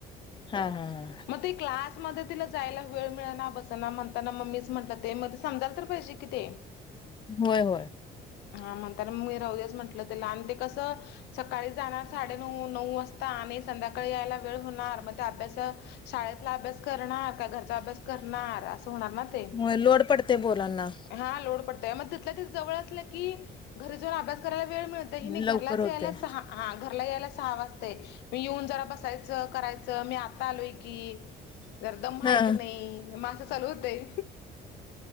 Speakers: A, on the left; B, on the left.
A: हा हा हा
B: मग त क्लासमध्ये तिला जायला वेळ मिळना बस ना म्हणताना मम्मीच म्हटलं ते मग ते समजाल तर पहिजसे किती
A: होय होय
B: हा म्हणता मग हे राहदच म्हंटलं त्याला आणि ते कसं सकाळी जाणार साडेनऊ नऊ वाजता आणि संध्याकाळी यायला वेळ होणार मग ते अभ्यास शाळेतला अभ्यास करणार का घरचा अभ्यास करणार असं होणार ना ते
A: होय लोड पडते बोला ना
B: हा लोड पडतय मग तिथल्या ति जवळ असलं की घरी जाऊन अभ्यास करायला वेळ मिळत घरलाच
A: लवकर होते.
B: यायला सहा हा घरला यायला सहा वाजते मी येऊन जरा बसायचं करायचं मी आता आलोय की जर दम माईक
A: हा.
B: नाही मासं चालू होतय